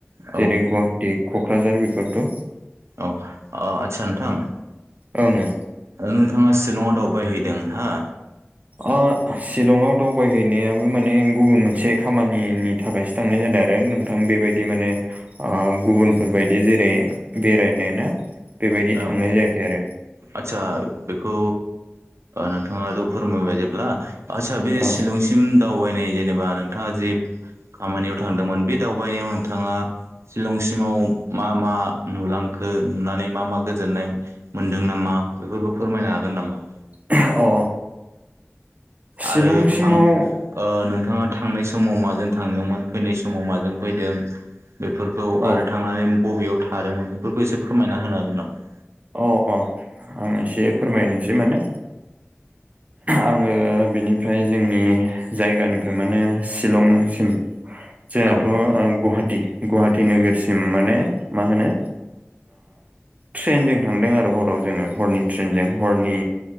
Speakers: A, on the right; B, on the right.
A: औ
B: जेरै गुवाहाटि क'क्राझार बेफोरथ'
A: औ आदसा नोंथां
B: ओ ओ
A: नोंथाङा शिलंआव दावबायहैदों हा
B: ओ शिलंआव दावबायहैनायाबो माने गुबुन मोनसे खामानिनि थाखायसो थांनाय जादों आरो नोंथां बेबायदि दि माने गुबुनफोरबायदि जेरै बेरायनो ना बेबायदि
A: औ
B: थांनाय जायाखै आरो
A: आदसा बेखौ नोंथाङाथ' फोरमायबाय जेब्ला आदसा बे
B: ओं
A: शिलंसिम दावबायनाय जेनेबा नोंथाङा जे खामानियाव थांदोंमोन बे दावबायनायाव नोंथाङा शिलंसिमाव मा मा नुलांखो नुनानै मा मा गोजोन्नाय मोन्दों नामा बेफोरखौ फोरमायनो हागोन नामा
B: अ शिलंसिमाव
A: आरो थां नोंथाङा थांनाय समाव माजों थांदोंमोन फैनाय समाव माजों फैदों बेफोर खौ
B: औ
A: आरो थांनानै बबेयाव थादोंमोन बेफोरखौ एसे फोरमायना होनो हागोन नामा
B: अ अ आं एसे फोरमायनोसै माने आङो बिनिफ्राय जोंनि जायगानिफ्राय माने शिलंसिम जायहाथ'
A: औ
B: गुवाहा गुवाहाटि नोगोरसिम माने मा होनो ट्रेनजों थांदों आरो हराव जोङो हरनि ट्रेनजों हरनि